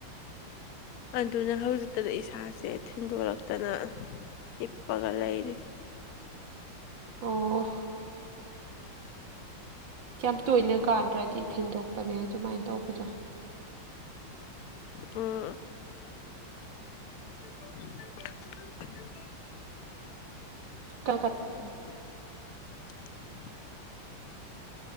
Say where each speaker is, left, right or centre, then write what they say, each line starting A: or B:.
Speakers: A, on the left; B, on the right.
A: ꯑꯗꯨꯅ ꯍꯧꯖꯤꯛꯇꯗ ꯏꯁꯥꯁꯦ ꯊꯤꯟꯗꯣꯔꯛꯇꯅ ꯍꯥꯞꯄꯒ ꯂꯩꯔꯤ
B: ꯑꯣ ꯌꯥꯝ ꯇꯣꯏꯅ ꯀꯥꯗ꯭ꯔꯗꯤ ꯊꯤꯟꯗꯣꯛꯄꯅꯦ ꯑꯗꯨꯃꯥꯏꯅ ꯇꯧꯕꯗꯣ
A: ꯑꯝ <inaudible>
B: ꯀ ꯀ <unintelligible>
A: <unintelligible>